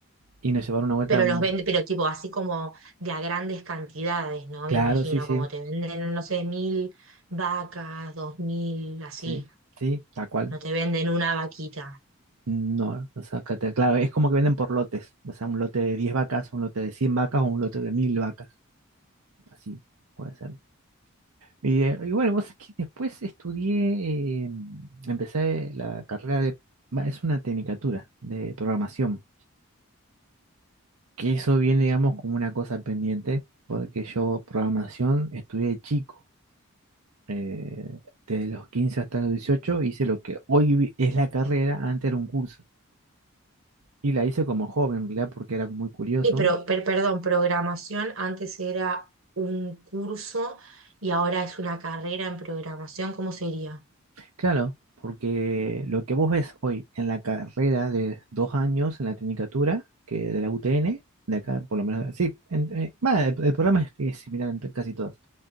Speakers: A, on the right; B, on the right.
A: Y nos llevaron una vuelta
B: Pero
A: a un...
B: los venden, pero tipo así como de a grandes cantidades, ¿no?
A: Claro,
B: Me imagino,
A: sí, sí,
B: como te venden, no sé, mil vacas, dos mil, así.
A: sí, sí, tal cual.
B: No te venden una vaquita.
A: No, o sea, que te- claro, es como que venden por lotes, o sea, un lote de 10 vacas, un lote de 100 vacas o un lote de 1000 vacas, así puede ser. Y, eh, y bueno, vos sabés que después estudié, eh, empecé la carrera de, va, es una tecnicatura de programación que eso viene, digamos, como una cosa pendiente, porque yo programación estudié de chico, eh, desde los 15 hasta los 18 hice lo que hoy vi- es la carrera, antes era un curso, y la hice como joven, en realidad, porque era muy curioso.
B: Y pero, per- perdón, programación antes era un curso y ahora es una carrera en programación, ¿cómo sería?
A: Claro, porque lo que vos ves hoy en la carrera de dos años, en la tecnicatura, que de la UTN, de acá, por lo menos, sí, en- eh, va, el, el programa es, es similar entre casi todos